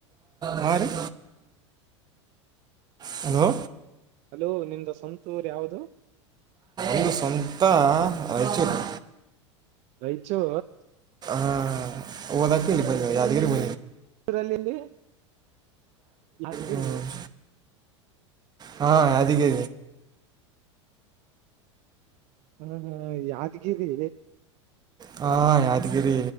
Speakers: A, on the right (about 25°); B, on the right (about 50°).
A: ಹಾಂ ರೀ ಹಲೋ
B: ಹಲೋ ನಿಮ್ದ ಸವಂತೂರ್ ಯಾವ್ದ
A: ಇದು ಸ್ವಂತ ರಾಯಚೂರು
B: ರೈಚೋ
A: ಹಾಂ ಓದ ಕಲ್ಲಿ ಬ ಯಾದಗಿರಿ ಬ
B: ಲ್ಲಿಲ್ಲಿ ಮದ್ಗಿರಿ
A: ಹ್ಞೂ ಹಾ ಅದಕ್ಕೆ
B: ಹ್ಮ ಹಾ ಯಾದ್ಗರಿ
A: ಹಾ ಯಾದಗಿರಿಿ